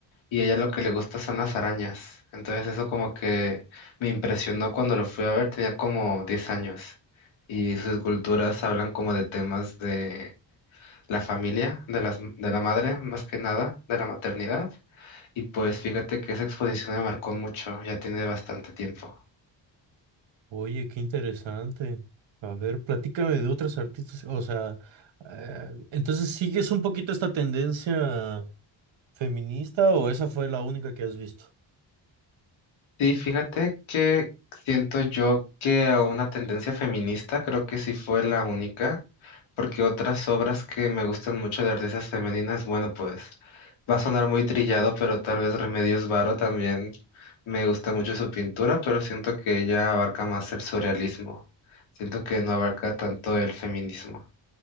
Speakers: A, on the left; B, on the right.
A: y a ella lo que le gusta son las arañas. Entonces eso como que me impresionó cuando lo fui a ver, tenía como 10 años y sus esculturas hablan como de temas de la familia, de las, de la madre más que nada, de la maternidad. Y pues fíjate que esa exposición me marcó mucho, ya tiene bastante tiempo.
B: Oye, qué interesante. A ver, platícame de otras artistas. O sea, eh, entonces, ¿sigues un poquito esta tendencia feminista o esa fue la única que has visto?
A: Sí, fíjate que siento yo que a una tendencia feminista creo que sí fue la única, porque otras obras que me gustan mucho de artistas femeninas, bueno, pues va a sonar muy trillado, pero tal vez Remedios Varo también me gusta mucho su pintura, pero siento que ella abarca más el surrealismo, siento que no abarca tanto el feminismo.